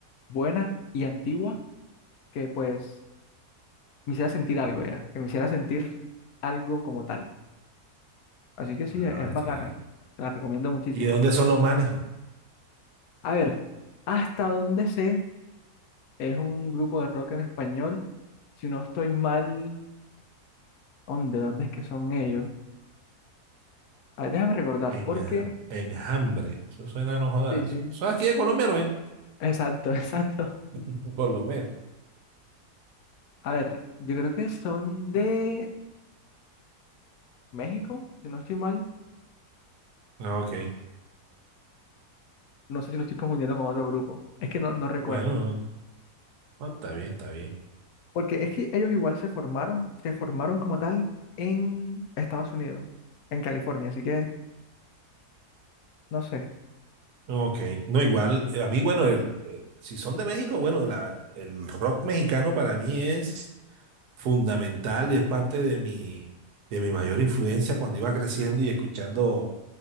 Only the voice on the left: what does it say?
buena y antigua que pues me hiciera sentir algo ya, que me hiciera sentir algo como tal. Así que sí,
es, es bacana.
Te la recomiendo muchísimo.
A ver, hasta donde sé, es un grupo de rock en español. Si no estoy mal, ¿dónde, dónde es que son ellos? A ver, déjame recordar,
porque...
Sí, sí.
Exacto, <laughs> exacto.
A ver, yo creo que son de México, si no estoy mal.
No sé si lo estoy confundiendo con otro grupo. Es que no, no recuerdo.
Porque es que ellos igual se formaron, se formaron como tal en Estados Unidos, en California. Así que, no sé.